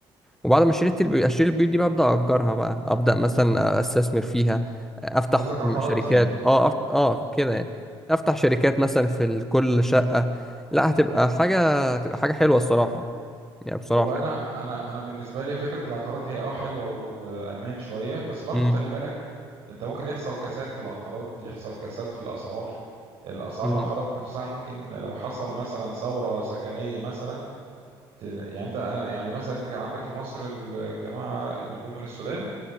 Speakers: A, in the centre; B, on the right.
A: وبعد ما اشتريت البيوت اشتري البيوت دي بقى ابدا اجرها بقى ابدا مثلا استثمر فيها افتح
B: قصدك عقارات
A: شركات
B: يعني
A: اه أفت... اه كده يعني افتح شركات مثلا في ال- كل شقة لا هتبقى حاجة تبقى حاجة حلوة الصراحة يعني بصراحة
B: هو انا انا انا بالنسبه لي فكره العقارات هي اه حلوه وامان شويه بس برضو
A: امم
B: خلي بالك انت ممكن يحصل كساد في العقارات يحصل كساد في الاسعار الاسعار
A: امم
B: العقارات نفسها ممكن لو حصل مثلا ثوره سكنيه مثلا ت- يعني انت أنا- يعني مثلا انت كان عندك في مصر الجماعه اللي جم من السودان